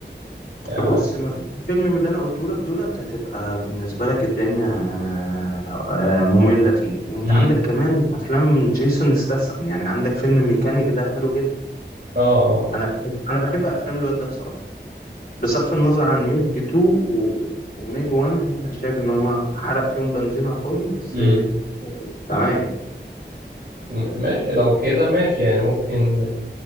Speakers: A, on the right; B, on the left.
A: آه.
B: بص ما فيش فيلم من اللي انا قلته لك دولت هتبقى بالنسبه لك الدنيا آه، آه، ممله فيه وانت
A: امم
B: عندك كمان افلام جيسون استسم يعني عندك فيلم ميكانيك ده حلو جدا
A: اه اه
B: انا بحب انا بحب افلام الواد ده بصراحه بصرف النظر عن ميج 2 و... وميج 1 يعني انا شايف ان هما حرق فيهم بنزين على الفاضي بس
A: امم
B: آه، تمام
A: م- ماشي لو كده ماشي يعني ممكن